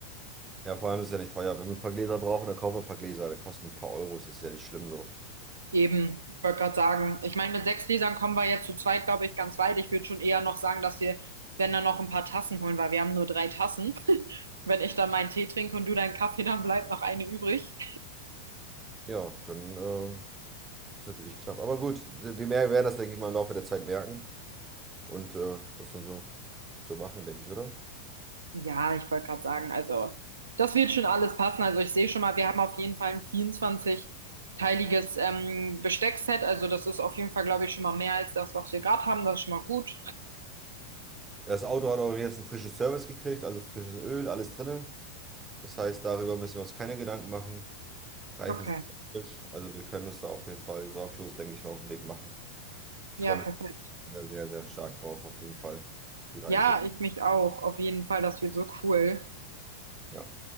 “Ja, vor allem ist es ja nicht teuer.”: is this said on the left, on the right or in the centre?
Right